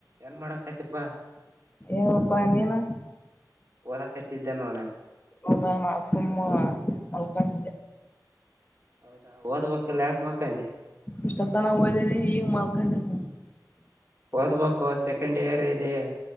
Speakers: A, on the right; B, on the left.
A: ಏನ್ ಮಾಡಕತಿಪಾ
B: ಏಪ್ಪಾ ಎಂದಿಯ ನ
A: ದ ಕಟ್ಟಿದ್ದ ನೋನ
B: ಒ ಸಮ ಅಲ್ಕಂಡ
A: ಹೌದಾ ಓದ್ಬೇಕಕ್ಕೆಲ್ಲ ಯಾಕ ಮಕ್ಕಂದೆ
B: ಇಷ್ಟ ತನ ೋದೇನೆ ಈಗ ಮಾಡಾರ್ಕಂಡ ಸುಮ್ಮು
A: ದಬೇಕೋಕೋ ಸೆಕೆಂಡ್ ಇಯರ್ ಇದೆ